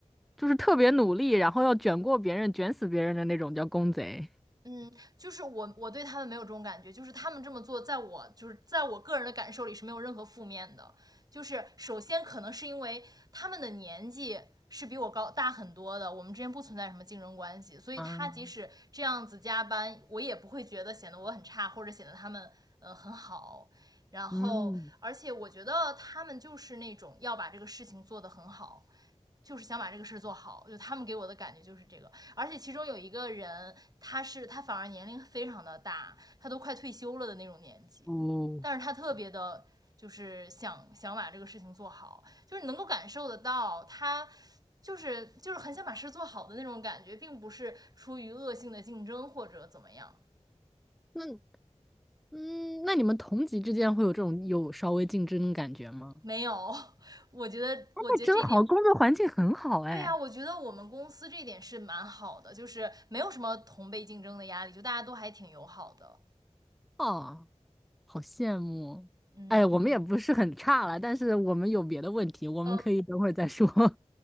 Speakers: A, in the centre; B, on the right.
A: 就是特别努力，然后要卷过别人、卷死别人的那种，叫公贼。
B: 嗯，就是我我对他们没有这种感觉，就是他们这么做，在我就是在我个人的感受里是没有任何负面的。就是首先可能是因为他们的年纪是比我高大很多的，我们之间不存在什么竞争关系，所以他即使这样子加班，
A: 啊，
B: 我也不会觉得显得我很差，或者显得他们呃很好。然后，
A: 嗯，
B: 而且我觉得他们就是那种要把这个事情做得很好，就是想把这个事儿做好，就他们给我的感觉就是这个。而且其中有一个人，他是他反而年龄非常的大，他都快退休了的那种年纪，
A: 哦，
B: 但是他特别的，就是想想把这个事情做好，就是你能够感受得到他。就是就是很想把事做好的那种感觉，并不是出于恶性的竞争或者怎么样，
A: 那嗯，那你们同级之间会有这种有稍微竞争的感觉吗？
B: 没有。我觉得，我觉得这点
A: 那真好，工作环境很好，哎。
B: 对呀、我觉得我们公司这点是蛮好的，就是没有什么同辈竞争的压力，就大家都还挺友好的。
A: 哦，好羡慕。
B: 嗯，
A: 哎，我们也不是很差了，但是我们有别的问题，我们可以等会儿再说。
B: 呃，
A: <laughs>